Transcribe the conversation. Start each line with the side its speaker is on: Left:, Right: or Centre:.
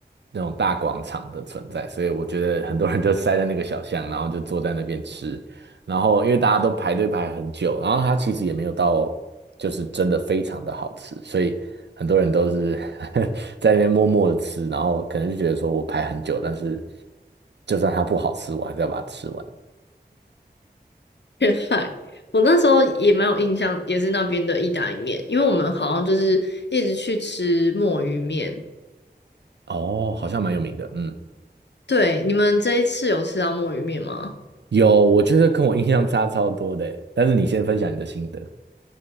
Right: 那种大广场的存在，所以我觉得很多人就塞在那个小巷，然后就坐在那边吃，然后因为大家都排队排很久，然后它其实也没有到就是真的非常的好吃，所以很多人都是 <laughs> 在那边默默的吃，然后可能就觉得说我排很久，但是就算它不好吃，我还是要把它吃完。
Left: 原来我那时候也蛮有印象，也是那边的意大利面，因为我们好像就是一直去吃墨鱼面。
Right: 哦，好像蛮有名的，嗯，
Left: 对，你们这一次有吃到墨鱼面吗？
Right: 有，我觉得跟我印象差超多的欸，但是你先分享你的心得。